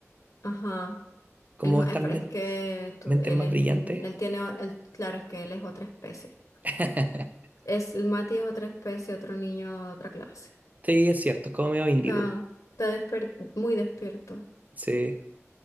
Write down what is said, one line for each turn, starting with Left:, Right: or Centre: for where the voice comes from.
Left: Ajá.
Right: como
Left: Él, ma-
Right: estas,
Left: eh, pero
Right: me-
Left: es que tú-
Right: mentes
Left: él
Right: más
Left: es,
Right: brillantes.
Left: mm, él tiene, o- él- claro, es que él es otra especie.
Right: <laughs>
Left: Es, el Mati es otra especie, otro niño, otra clase.
Right: Sí, es cierto, es como medio índigo.
Left: Ah, está desper- muy despierto.
Right: Sí,